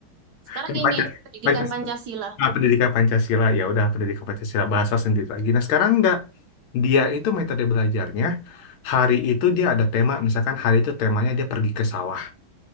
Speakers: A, on the right; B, on the left.
A: Sekarang
B: Pancasila.
A: ini pendidikan
B: Pancasila.
A: Pancasila.
B: Ah, pendidikan Pancasila ya udah pendidikan Pancasila bahasa sendiri lagi. Nah sekarang enggak dia itu metode belajarnya hari itu dia ada tema misalkan hari itu temanya dia pergi ke sawah.